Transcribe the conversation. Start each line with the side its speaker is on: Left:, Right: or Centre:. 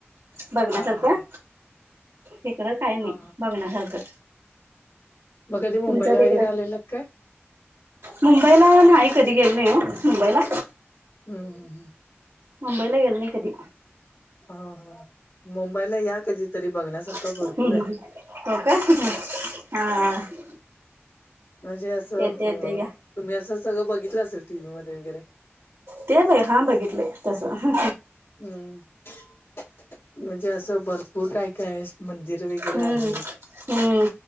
Right: बघण्यासारखं
Left: हा हा हा
Right: इकडं काही नाही
Left: हा हा
Right: बघण्यासारखं
Left: मग कधी
Right: तुमच्या
Left: मुंबईला
Right: तिकडं
Left: वगैरे आलेलात काय
Right: मुंबईला नाही कधी गेल नाही हो मुंबईला
Left: हम्म हम् हम्
Right: मुंबईला गेल नाही कधी
Left: ह हा मुंबईला या कधीतरी बघण्यासारखं
Right: ह्
Left: भरपूर आहे
Right: हो का हा
Left: म्हणजे असं
Right: येते येते
Left: अ
Right: घ्या
Left: तुम्ही असं सगळं बघितलं असेल टीव्ही मध्ये वगैरे
Right: ते बघ हां बघितले तसं
Left: हम्म म्हणजे असं भरपूर काय काय म्हण मंदिर वगैरे
Right: हम्म
Left: आहेत
Right: हम्म